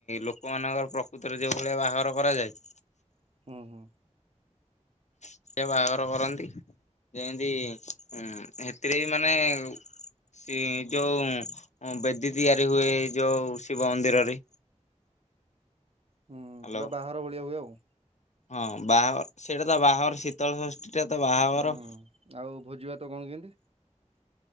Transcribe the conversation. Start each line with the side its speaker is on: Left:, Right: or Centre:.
Left: ଲୋକମାନଙ୍କର ପ୍ରକୃତିରେ ଯୋଉ ଭଳିଆ ବାହାଘର କରାଯାଏ।
Right: ହୁଁ ହୁଁ।
Left: ସେଏ ବାହାଘର କରନ୍ତି ଯେମିତି ଉଁ ହେଥିରେ ବି ମାନେ ସେ ଯୋଉଁ ବେଦୀ ତିଆରି ହୁଏ ଯୋଉ ଶିବ ମନ୍ଦିରରେ
Right: ହୁଁ
Left: ହ୍ୟାଲୋ
Right: ପୁରା ବାହଘର ଭଳିଆ ହୁଏ ଆଉ।
Left: ହଁ ବାହାଘର ସେଇଟା ତ ବାହାଘର ଶୀତଳ ଟା ତ ବାହାଘର।
Right: ହୁଁ ଆଉ ଭୋଜି ଭାତ କଣ କେମିତି?